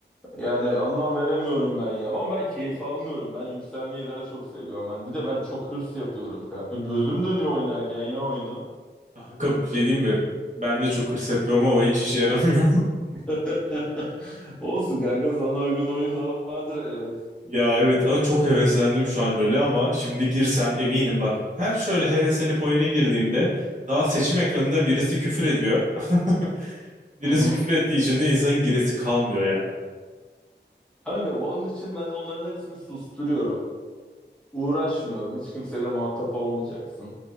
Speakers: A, in the centre; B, on the right.
A: Yani anlam veremiyorum ben ya. Ama ben keyif almıyorum. Ben yükselmeyi daha çok seviyorum. Ben bir de ben çok hırs yapıyorum kanka. Gözüm dönüyor oynarken ya oyunu.
B: Kanka bir şey diyeyim mi? Ben de çok hırs yapıyorum ama hiç işe yaramıyor.
A: <laughs> Olsun kanka sana uygun oyun da vardır elbet.
B: <laughs> Ya evet ama çok heveslendim şu an LoL'e ama şimdi girsem eminim bak. Her şöyle heveslenip oyuna girdiğimde daha seçim ekranında birisi küfür ediyor. <laughs> Birisi
A: Hı hı.
B: küfür ettiği için de insanın giresi kalmıyor ya.
A: Kanka onun için ben de bunların hepsini susturuyorum. Uğraşmıyorum. Hiç kimseyle muhatap olmayacaksın.